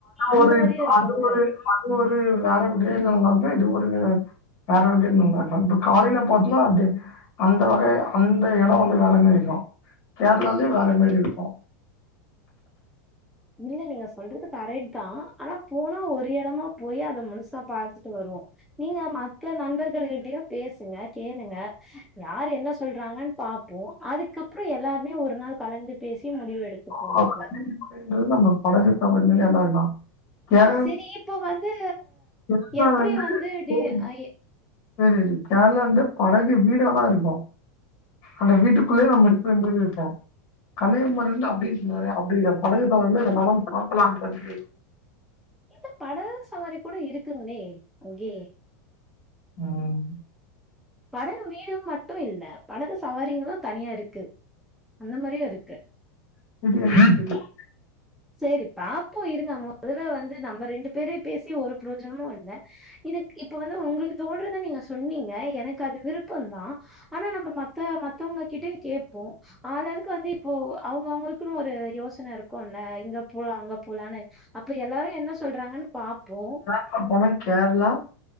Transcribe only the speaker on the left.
ஒரு
அது ஒரு அது ஒரு வேற விட இல்லல்லாம இது ஒரு வேற வகையில நல்லா இருக்கலா இப்ப காலையில பாத்தனா அப்ட அந்த வகை அந்த எடோ வந்து வேற மேரி இருக்கு கேரளாலே வேற மேரி இருக்கு
<unintelligible>
நம்ம படகு <unintelligible> ன்னா
<unintelligible>
செரி கேரளா ந்து படகு வீடல்லா இருக்கு அந்த வீட்டுக்குள்ளயே நம்ம இருக்குற மேரி இருக்கு கன்னியாகுமாரில்லா அப்டின் நெறைய அப்டில்ல படகு சவாரில எல்லா எடாம பாக்கலான்றமாரி
ம்
<inaudible>
அ போனா கேரளா